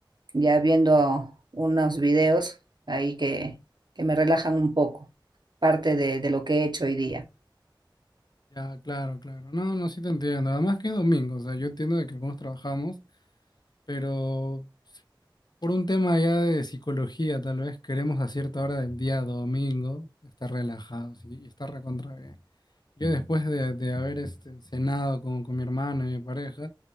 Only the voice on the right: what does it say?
ya viendo unos videos ahí que, que me relajan un poco, parte de, de lo que he hecho hoy día.